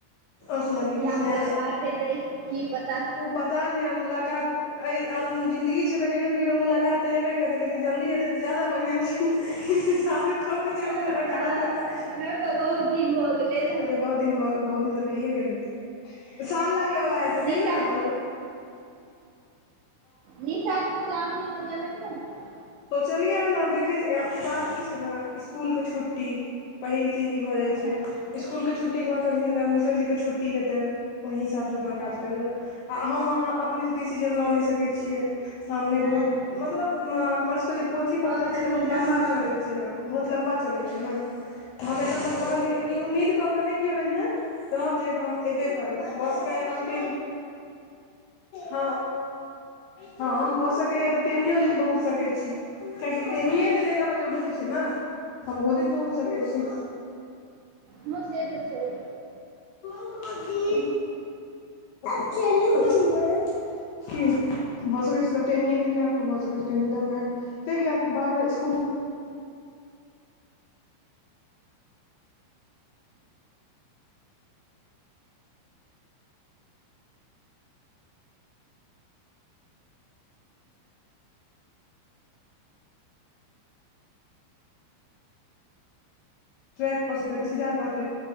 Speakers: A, on the left; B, on the right.
A: ओर
B: आब
A: सुनाबियौ
B: कहिया
A: किछ
B: मुलाकात
A: नया नया
B: हेतै की पता
A: ओ पता नै मुलाकात आब जिंदगी छै तऽ कहियो नै कहियो मुलाकातऽ हेबे करतै लेकिन जल्दी हेते तऽ जादा बढ़िया इंतज़ार क के जे मुलाकात
B: हँ
A: हेतै
B: ओना तऽ बहुत दिन हो गेलै ने
A: अरे बहुत दिन बहुत दिन तऽ भैए गेलै साल ल बला हेत
B: निशा
A: कहियउ न आहूं
B: निशा के मधुश्रावनी में जेबै कि नहि
A: सोचलियै हन आब देखैत छियय बात ई छै ने इसकुलके छुट्टी पहिल चीज ई भऽ जाइ
B: हँ
A: इसकुलके छुट्टे बाद हिनकर मिसर जीके छुट्टी हेतनि ओहि हिसाबसँ करा
B: हँ
A: काज करबै आहम आहाँ अपने सं डिसिजन ल नै सकैत घियय सामने
B: नहि
A: बहुत
B: नहि
A: मतलब हमर ओकर जे पोथी
B: सभ
A: पत्रा
B: छथिन
A: छै ने बहुत लमबा
B: हँ
A: चले छै बहुत लम्बा चले छै ने हम एखन तक कहलियै
B: ओ तऽ
A: ई
B: छै
A: उम्मीद कऽ के नहि केओ रहिेयें रहब जे हम एबे करब भ सकैत <inaudible> ह हम भऽ सकैया तऽ टेमियो दिन पहुँच सकै छि किआकी टेमिय देनाय ज्यादा जरुरी छै ने हम ओहो दिन पहुँच सकै छी
B: ह से तऽ छै
A: गोदि अब चलू मम्मा कि भ सकै छै तऽ टेमिए दिन जााकऽ भऽत सकै छै टेमि दऽ कऽ आइब जायब कियाकी आब बार बार इसकुल ट्रैक पर से एतै तऽ सीधा कहतै